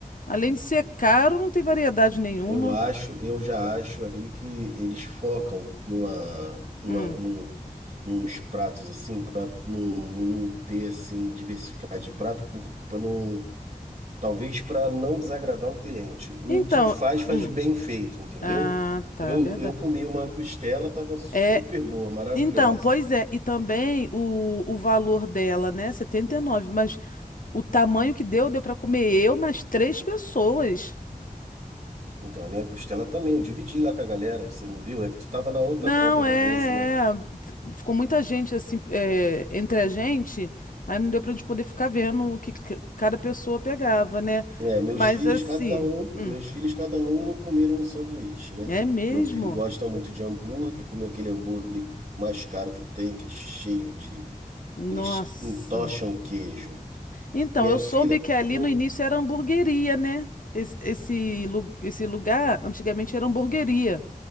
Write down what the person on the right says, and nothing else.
eu acho, eu já acho ali que eles focam numa, numa,
num, uns pratos assim, para não não ter assim, diversificar de prato por, pra não. Talvez para não desagradar o cliente. O
que faz, faz
bem feito, entendeu?
Eu,
eu comi uma costela, tava super
boa, maravilhosa.
Então, a minha costela também, eu dividi lá com a galera, você não viu? É que tu tava na outra
ponta da
mesa, né?
É, meus
filhos,
cada um,
meus filhos, cada um não comeram um sanduíche, né?
Meu filho gosta muito de hambúrguer, comeu aquele hambúrguer mais caro que tem, que é cheio de.
Eles entocham queijo.
Minha
filha
comeu.